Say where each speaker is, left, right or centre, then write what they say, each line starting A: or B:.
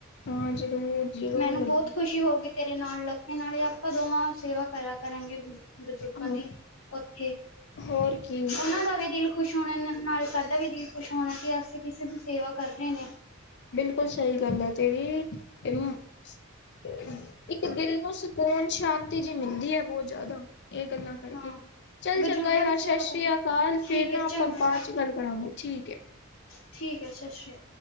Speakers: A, on the left; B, on the left.
A: ਹਾਂ, ਜਰੂਰ-ਜਰੂਰ
B: ਮੈਨੂੰ
A: ਲੱਗ
B: ਬਹੁਤ ਖੁਸ਼ੀ ਹੋਉਗੀ ਤੇਰੇ ਨਾਲ ਲੱਗ ਕੇ, ਨਾਲੇ ਆਪਾਂ ਦੋਵਾਂ ਸੇਵਾ ਕਰੇਆ ਕਰਾਂਗੇ ਬਜੂਰਗਾਂ
A: ਹਾਂ
B: ਦੀ ਓਥੇ,
A: ਹੋਰ ਕੀ
B: ਓਨਾਂ ਦਾ ਵੀ ਦਿਲ ਖੁਸ਼ ਹੋਣਾ ਨ ਨਾਲੇ ਸਾਡਾ ਵੀ ਜੀ ਖੁਸ਼ ਹੋਣਾ ਕਿ ਅਸੀ ਕਿਸੇ ਦੀ ਸੇਵਾ ਕਰ ਰੇ ਨੇ।
A: ਬਿਲਕੁਲ ਸਹੀ ਗੱਲ ਐ ਤੇਰੀ, <unintelligible> ਇੱਕ ਦਿਲ ਨੂੰ ਸ ਕੂਨ, ਸ਼ਾਂਤੀ ਜੀ ਮਿਲਦੀ ਏ ਬੋਤ ਜਾਦਾ, ਏ ਗੱਲਾਂ ਕਰਕੇ,
B: ਹਾਂ
A: ਚੱਲ
B: ਬਜ਼ੁਰਗਾਂ
A: ਚੰਗਾ ਯਾਰ
B: ਦੀ ਸੇਵਾ
A: ਸ਼ਸ੍ਰੀ
B: ਕਰ
A: ਅਕਾਲ
B: ਠੀਕ
A: ਫੇਰ ਨਾ
B: ਹੈ
A: ਆਪਾਂ
B: ਚੰਗਾ
A: ਬਾਦ ਚ ਗੱਲ ਕਰਾਂਗੇ, ਠੀਕ ਏ।
B: ਠੀਕ ਸ਼ਸ਼੍ਰੀ